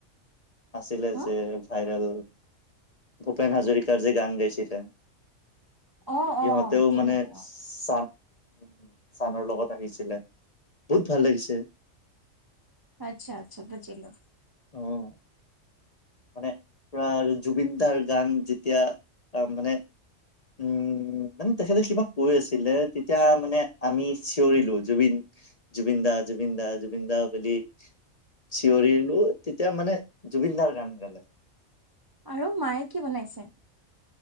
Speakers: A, on the left (about 35°); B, on the right (about 25°).
A: আছিলে
B: হ
A: যে ভাইৰেল ভূপেন হাজৰিকাৰ যে গান গাইছিলে।
B: অ
A: ইহঁতেও
B: অ টিমটো
A: মানে চ উ, চানৰ লগত আহিছিলে। বহুত ভাল লাগিছে।
B: আচ্ছা আচ্ছা বুজিলো।
A: অ' মানে প্ৰাৰ জুবিন দাৰ গান যেতিয়া আহ মানে উম, মানে তেখেতে কিবা কৈ আছিলে। তেতিয়া মানে আমি চিঞৰিলো জুবিন জুবিনদা, জুবিনদা, জুবিনদা বুলি। চিঞৰিলো। তেতিয়া মানে জুবিনদাৰ গান গালে।
B: আৰু মায়ে কি বনাইছে?